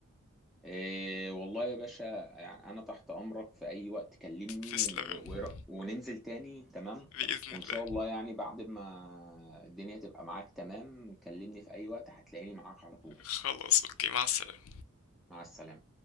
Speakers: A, in the centre; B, on the left.
A: إيه والله يا باشا يعني أنا تحت أمرك في أي وقت كلمني
B: تسلم
A: و...
B: يا
A: و...
B: عم.
A: وننزل تاني تمام
B: بإذن
A: وإن
B: الله
A: شاء الله يعني بعد ما الدنيا تبقى معاك تمام كلمني في أي وقت هتلاقيني معاك على طول
B: خلاص اوكي مع السلامة
A: مع السلامة